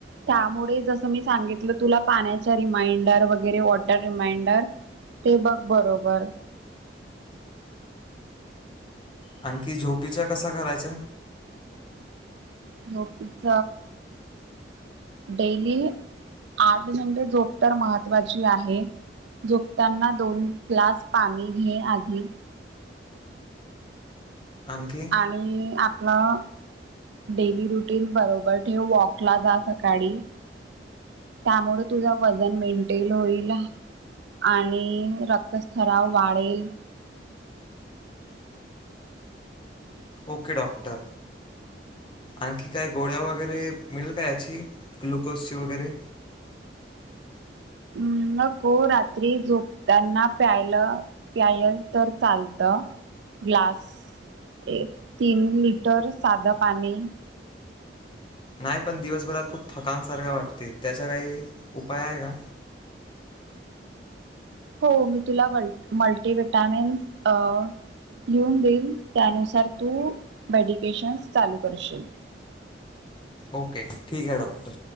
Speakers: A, on the right (about 80°); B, on the left (about 30°).
A: त्यामुळे जसं मी सांगितलं तुला पाण्याच्या रिमाइंडर वगैरे वॉटर रिमाइंडर ते बघ बरोबर.
B: आणखी झोपेच्या कसं करायचं?
A: झोपेच, डेली आठ घंटे झोप तर महत्वाची आहे. झोपताना दोन ग्लास पाणी घे आधी.
B: आणखी
A: आणि आपलं डेली रुटीन बरोबर ठेव, वॉकला जा सकाळी, त्यामुळे तुझा वजन मेंटेन होईल आणि रक्तस्ञाव वाढेल.
B: Okay doctor. आणखी काय गोळ्या वगैरे मिळेल का याची ग्लुकोजची वगैरे?
A: नको. रात्री झोपताना प्यायला प्यायल तर चालत ग्लास तीन लिटर साधं पाणी.
B: नाही. पण दिवसभरात खूप थकनसारखा वाटते त्याचा काही उपाय आहे का?
A: हो. मी तुला व मल मल्टी व्हिटामिन्स अ लिहून देईल त्यानुसार तू मेडिकेशन्स चालू करशील.
B: ओके ठीक आहे डॉक्टर.